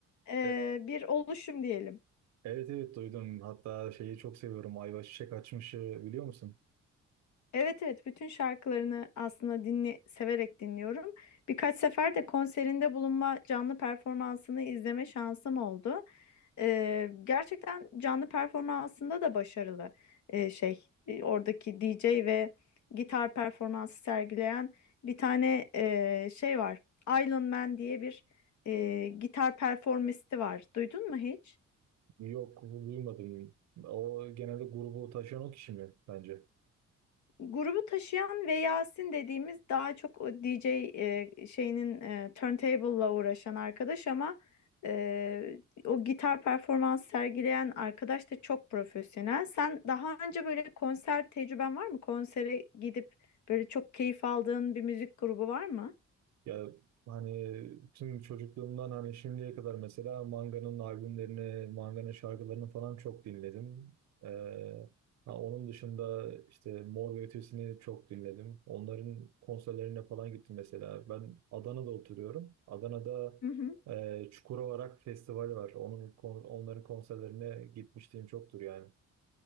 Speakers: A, on the left; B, on the right.
A: e,
B: e-
A: bir oluşum diyelim.
B: evet evet duydum. Hatta şeyi çok seviyorum. Ayva Çiçek Açmış'ı biliyor musun?
A: Evet evet bütün şarkılarını aslında dinli severek dinliyorum. Birkaç sefer de konserinde bulunma, canlı performansını izleme şansım oldu. Ee, gerçekten canlı performansında da başarılı ee, şey e, oradaki DJ ve gitar performansı sergileyen bir tane e, şey var. Island Man diye bir e, gitar performisti var. Duydun mu hiç?
B: Yok duymadım. O genelde grubu taşıyan o kişi mi bence?
A: Grubu taşıyan ve Yasin dediğimiz daha çok o DJ e, şeyinin e, turntable'la uğraşan arkadaş ama e, o gitar performans sergileyen arkadaş da çok profesyonel. Sen daha önce böyle konser tecrüben var mı? Konsere gidip Böyle çok keyif aldığın bir müzik grubu var mı?
B: Ya hani tüm çocukluğumdan hani şimdiye kadar mesela Manga'nın albümlerini, Manga'nın şarkılarını falan çok dinledim. Ee, ha, onun dışında işte Mor ve Ötesi'ni çok dinledim. Onların konserlerine falan gittim mesela. Ben Adana'da oturuyorum. Adana'da
A: Hı hı.
B: e, Çukurova Rock Festivali var. Onun, kon- onların konserlerine gitmişliğim çoktur yani.